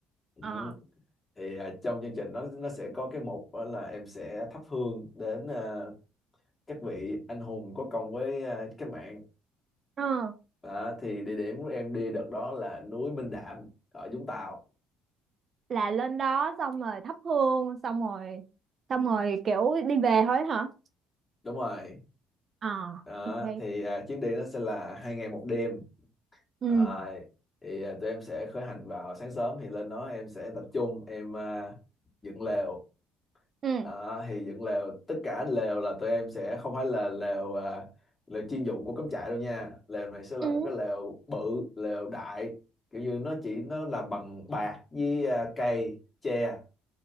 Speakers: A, on the left; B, on the right.
A: ừ.
B: ờ.
A: thì à, trong chương trình nó nó sẽ có cái mục đó là em sẽ thắp hương đến à, các vị anh hùng có công với à, cách mạng
B: Ờ,
A: Đó, thì địa điểm của em đi đợt đó là núi Minh Đạm ở Vũng Tàu
B: là lên đó xong rồi thắp hương xong rồi xong rồi kiểu đi về thôi hả
A: đúng rồi
B: ờ
A: Đó,
B: ok
A: thì à, chuyến đi nó sẽ là hai ngày một đêm
B: ừ
A: Rồi, thì à, tụi em sẽ khởi hành vào sáng sớm thì lên đó em sẽ tập trung em à, dựng lều
B: ừ
A: Ờ, thì dựng lều tất cả lều là tụi em sẽ không phải là lều à, lều chuyên dụng của cắm trại đâu nha lều này sẽ là
B: ừ
A: một cái lều bự lều đại kiểu như nó chỉ nó là bằng bạc với à, cây tre